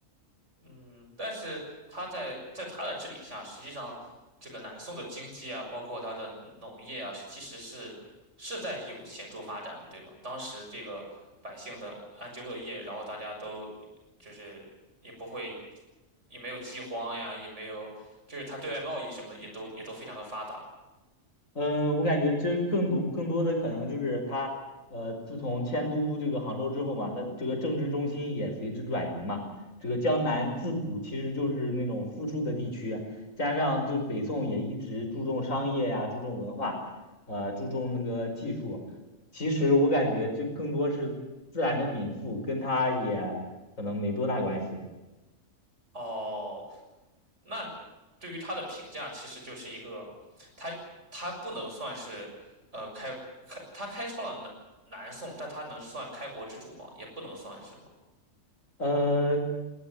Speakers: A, on the right; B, on the left.
A: 嗯，但是他在在他的治理下，实际上这个南宋的经济啊，包括它的农业啊，其实是是在有显著发展的，对吗？当时这个百姓的安居乐业，然后大家都就是也不会也没有饥荒呀，也没有就是他对外贸易什么的也都也都非常的发达。
B: 嗯，我感觉这更多更多的可能就是他，呃，自从迁都这个杭州之后嘛，那这个政治中心也随之转移嘛。这个江南自古其实就是那种富庶的地区啊，加上就北宋也一直注重商业呀、注重文化，呃，注重那个技术。其实我感觉这更多是自然的禀赋，跟他也可能没多大关系。
A: 哦，那对于他的评价，其实就是一个，他他不能算是，呃，开开他开创了南南宋，但他能算开国之主吗？也不能算是吗？
B: 呃，